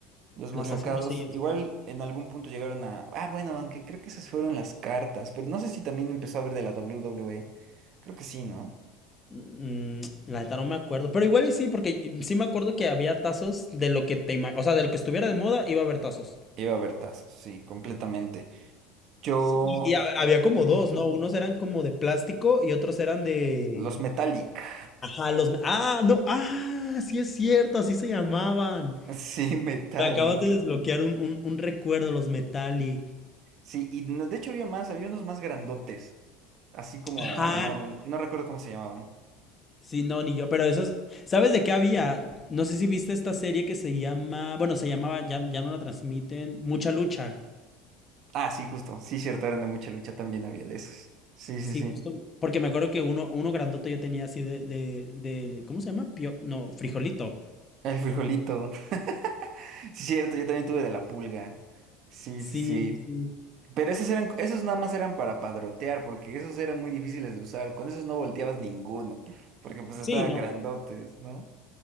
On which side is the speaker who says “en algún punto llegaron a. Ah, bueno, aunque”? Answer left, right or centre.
Right